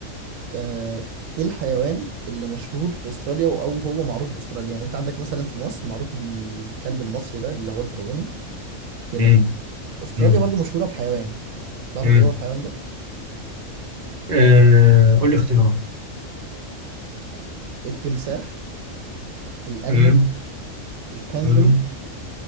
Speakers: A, on the right (about 80°); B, on the right (about 50°).
A: آه، إيه الحيوان اللي مشهور في أستراليا أو هو معروف بأستراليا يعني أنت عندك مثلا في مصر معروف بالكلب المصري ده اللي هو الفرعوني كده
B: مم.
A: أستراليا
B: مم.
A: برضو مشهورة بحيوان تعرف
B: مم.
A: إيه هو الحيوان ده؟
B: آه قول لي اختيارات
A: التمساح الأرنب
B: مم.
A: الكانجرو
B: مم.